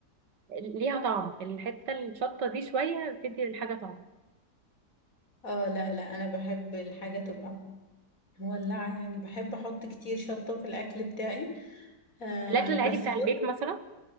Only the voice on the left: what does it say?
اه لا لا انا بحب الحاجه تبقى مولعه يعني بحب احط كتير شطه في الاكل بتاعي آه
بس
برضه